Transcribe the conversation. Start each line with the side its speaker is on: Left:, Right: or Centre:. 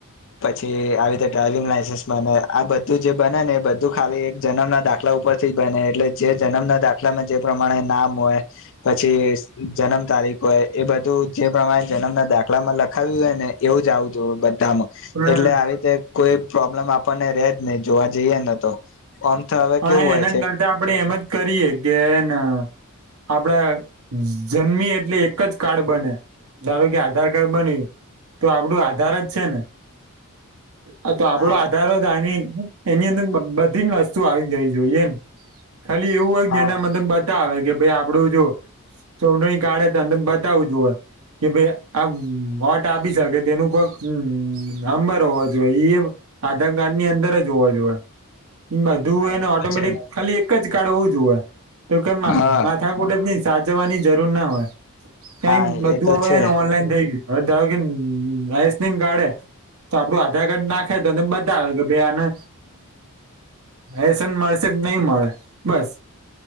Left: પછી આવી રીતે ડ્રાઈવિંગ લાયસન્સ બને આ બધું જે બને ને એ બધું ખાલી એક જન્મ ના દાખલા ઉપરથી બને એટલે જે જન્મના દાખલામાં જે પ્રમાણે નામ હોય પછી જન્મ તારીખ હોય એ બધું જે પ્રમાણે જન્મના દાખલામાં લખાવ્યું હોય ને એવું જ આવું જોવુ એટલે
Right: પણ
Left: આવી રીતે કોઈ પ્રોબ્લેમ આપણને રજ નહી જોવા જઈએ ન તો. આમ તો હવે
Right: હા
Left: કેવું હોય
Right: એના
Left: છે
Right: કરતા આપડે એમ જ કરીયએ કે હેન આપડા જન્મી એટલે એક જ કાર્ડ બને ધારો કે આધાર કાર્ડ બન્યું તો આપડું આધાર જ છે ને. આ તો આપડો
Left: હા
Right: આધાર આ એની અંદર બ બધી જ વસ્તુ આવી જવી જોઈએ એમ. ખાલી એવું હોય કે
Left: હા
Right: જેના મતલબ બતાવે કે ભાઈ આપડું જો ચોડ કાઢે ત બતાવું જોવા. કે ભાઈ આ વાટ આપી શકે તેનું કોઈક નંબર હોવો જોઈએ એ આધાર કાર્ડ ની અંદર જ જોવા જોઈએ. બધું
Left: હા
Right: એને
Left: એ
Right: ઓટોમેટિક
Left: તો છે
Right: ખાલી એક જ કાર્ડ હોવું જોએ તો કેમ માથા
Left: હા
Right: માથાકુટે જ ન સા જવાની જરૂર ના હોય કઈ
Left: હા
Right: બધું
Left: એ તો
Right: હવેને
Left: છે
Right: ઓનલાઈન થઈ ગયું. હવે ધારોકે આઈસનીગ કાર્ડ હે તો આપડું આધાર કાર્ડ નાખે તો એને બતાવે કે ભઈ આને એસન મળેશે નહી મળે બસ.